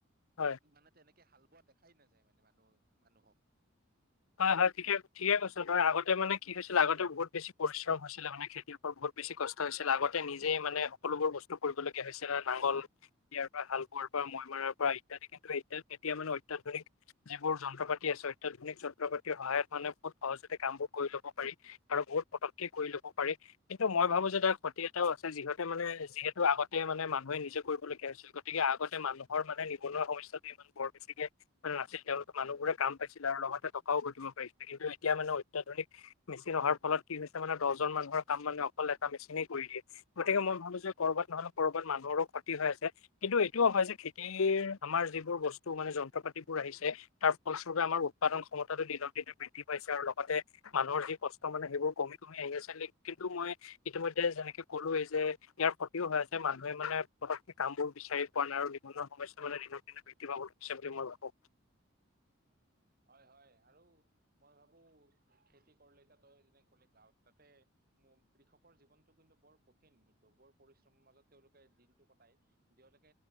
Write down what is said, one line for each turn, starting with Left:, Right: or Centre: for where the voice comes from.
Left: হয়।
Right: মানে তেনেকে হাল বোৱা দেখাই নাযায় মানে মানুহ মানুহক।
Left: হয় হয়। ঠিকে ঠিকে কৈছ তই, আগতে মানে কি হৈছিলে আগতে বহুত বেছি পৰিশ্ৰম হৈছিলে মানে খেতিয়ক। বহুত বেছি কষ্ট হৈছিলে, আগতে নিজে মানে সকলোবোৰ বস্তু কৰিবলগীয়া হৈছিল, নাঙল দিয়াৰ পৰা, শালবোৱাৰ পৰা, মৈমাৰাৰ পৰা ইত্যাদি। কিন্তু এ এতিয়া মানে অত্যাধুনিক যিবোৰ যন্ত্ৰ পাতি আছে, অত্যাধুনিক যন্ত্ৰ পাতিৰ সহায়ত মানে বহুত সহজতে কামবোৰ কৰি ল'ব পাৰি। আৰু বহুত পতককে কৰি ল'ব পাৰি। কিন্তু, মই ভাবোঁ যে, তাৰ ক্ষতি এটাও আছে, যিহেতু মানে, যিহেতু আগতে মানে, মানুহে নিজে কৰিবলগীয়া হৈছিল। গতিকে, আগতে মানুহৰ মানে, নিবনুৱা সমস্যাটো ইমান বৰ বেছিকে মানে, নাছিল। তেওঁলোকে মানুহবোৰে, কাম পাইছিলে আৰু লগতে টকাও ঘটিব পাৰিছিলে। কিন্তু, এতিয়া মানে, অত্যাধুনিক মেচিন অহাৰ ফলত, কি হৈছে মানে, দহজন মানুহৰ কাম মানে, অকল এটা মেচিনেই কৰি দিয়ে। গতিকে, মই ভাবোঁ যে, কৰ'বাত নহ'লে, ক'ৰবাত মানুহৰো ক্ষতি হৈ আছে! কিন্তু, এইটোও হয় যে, খেতিৰ আমাৰ যিবোৰ বস্তু মানে, যন্ত্ৰ-পাতিবোৰ আহিছে। তাৰ ফলস্বৰূপে, আমাৰ উৎপাদন ক্ষমতাটো দিনক দিনে বৃদ্ধি পাইছে আৰু লগতে মানুহৰ যি কষ্ট মানে, সেইবোৰ কমি-কমি আহি আছে। কিন্তু, মই কিন্তু, মই এতিয়া, যেনেকে কলোৱেই যে, ইয়াৰ ক্ষতিও হয় আছে! মানুহে মানে, পতককে কামবোৰ বিচাৰি পোৱা নাই। আৰু নিবনুৱা সমস্যা মানে, দিনক দিনে বৃদ্ধি পাব ধৰিছে বুলি, মই ভাবোঁ!
Right: হয়, হয়! আৰু মই ভাবোঁ! খেতি কৰিলে, তই যেনে কে ক'লি গাঁৱত থাকে। কৃষকৰ জীৱনটো কিন্তু, বৰ কঠিন কিন্তু! বৰ পৰিশ্ৰমৰ মাজত তেওঁলোকে দিনটো কটাই। তেওঁলোকে,